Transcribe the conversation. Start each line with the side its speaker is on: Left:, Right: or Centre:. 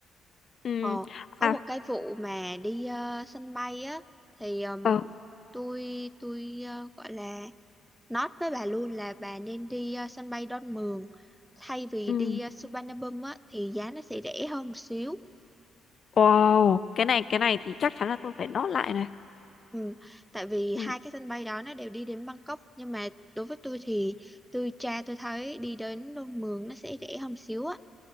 Left: Ừ.
Centre: ờ có
Left: À,
Centre: một cái vụ mà đi ờ, sân bay á thì ừm,
Left: ờ.
Centre: tôi tôi ờ, gọi là nói với bà luôn là bà nên đi ờ, sân bay Đon Mường thay vì
Left: Ừ.
Centre: đi ờ, Suvarnabhum á thì giá nó sẽ rẻ hơn một xíu
Left: Wow, cái này cái này thì chắc chắn là tôi phải nốt lại này.
Centre: ừ, tại vì
Left: Ừ.
Centre: hai cái sân bay đó nó đều đi đến Bangkok nhưng mà đối với tôi thì tôi tra tôi thấy đi đến Đon Mường nó sẽ rẻ hơn một xíu á